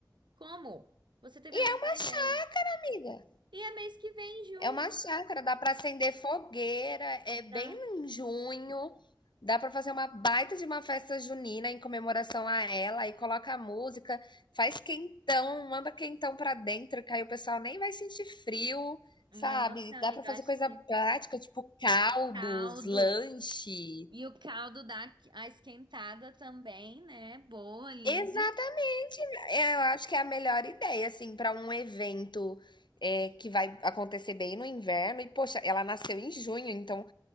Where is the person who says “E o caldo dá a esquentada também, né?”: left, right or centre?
Right